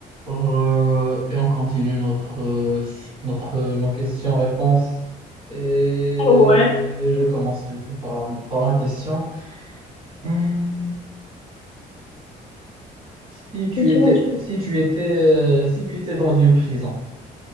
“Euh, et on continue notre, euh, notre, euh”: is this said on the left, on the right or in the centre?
Right